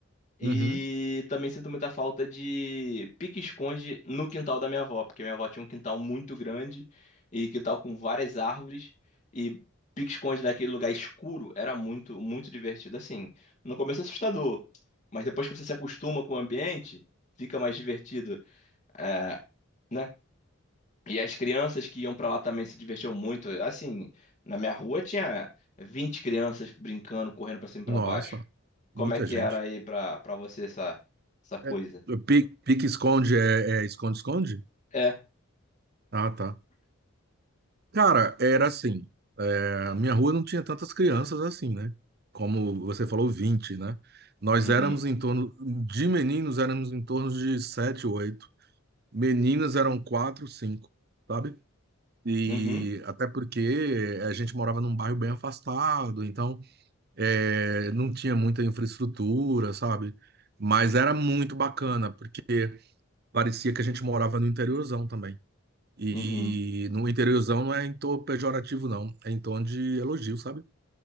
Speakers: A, on the left; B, on the right.
A: E
B: uhum.
A: também sinto muita falta de pique-esconde no quintal da minha avó, porque minha avó tinha um quintal muito grande e quintal com várias árvores e pique-esconde naquele lugar escuro era muito, muito divertido. Assim, no começo é assustador, mas depois que você se acostuma com o ambiente, fica mais divertido, é, né? E as crianças que iam pra lá também se divertiam muito. Assim, na minha rua tinha 20 crianças brincando, correndo pra cima e pra
B: Nossa,
A: baixo. Como
B: muita
A: é que
B: gente.
A: era aí pra, pra você essa, essa coisa?
B: É, pique, pique-esconde é é esconde-esconde?
A: É.
B: Ah, tá. Cara, era assim. é, a minha rua não tinha tantas crianças assim, né? Como você falou, 20, né? Nós
A: Uhum.
B: éramos em torno, de meninos éramos em torno de 7, 8. Meninas eram 4, 5, sabe? E
A: Uhum.
B: até porque a gente morava num bairro bem afastado, então é, não tinha muita infraestrutura, sabe? Mas era muito bacana, porque parecia que a gente morava no interiorzão também. E
A: Uhum.
B: no interiorzão não é em tom pejorativo, não, é em tom de elogio, sabe?